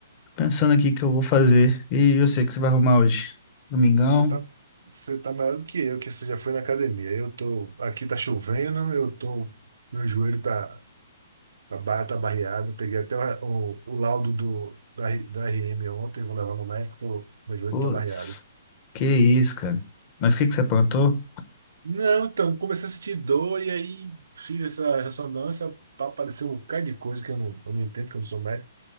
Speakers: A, on the left; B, on the right.
A: Pensando aqui o que eu vou fazer. E eu sei que você vai arrumar hoje. Domingão?
B: Você tá, você tá melhor do que eu, que você já foi na academia. Eu tô, aqui tá chovendo, eu tô, meu joelho tá, a barra tá barreada. Eu Peguei até o, o laudo do, da, R- da RM ontem, vou levar no médico, tô, meu joelho
A: Putz,
B: tá barreado.
A: que isso, cara. Mas o que que você aprontou?
B: Não, então, comecei a sentir dor e aí fiz essa ressonância pra aparecer um bocado de coisa que eu não, eu não entendo, que eu não sou médico.